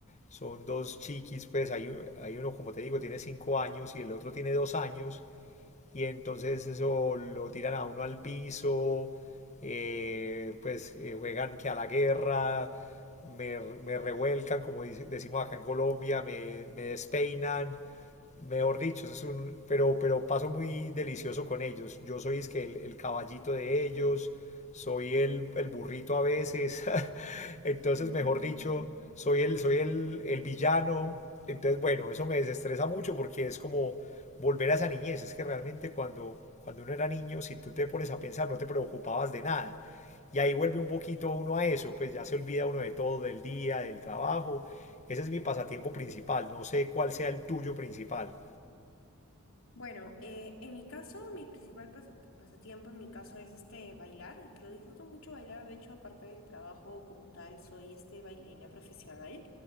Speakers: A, on the left; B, on the left.
A: Son dos chiquis, pues hay, u- hay uno, como te digo, tiene cinco años y el otro tiene dos años. Y entonces eso lo tiran a uno al piso, eh, pues eh, juegan que a la guerra, me, me revuelcan, como dice- decimos acá en Colombia, me, me despeinan. Mejor dicho, eso es un, pero, pero paso muy delicioso con ellos. Yo soy es que el, el caballito de ellos, soy el, el burrito a veces. <laughs> Entonces,
B: Ujú,
A: mejor
B: ujú,
A: dicho, soy el, soy el, el villano. Entonces, bueno, eso me desestresa mucho porque es como volver a esa niñez. Es que realmente cuando, cuando uno era niño, si tú te pones a pensar, no te preocupabas de nada. Y ahí vuelve un poquito uno a eso, pues ya se olvida uno de todo, del día, del trabajo. Ese es mi pasatiempo principal. No sé cuál sea el tuyo principal.
B: Bueno, eh, en mi caso, mi principal pas- pasatiempo en mi caso es este bailar. Yo disfruto mucho bailar, de hecho, aparte del trabajo como tal, soy este bailarina profesional.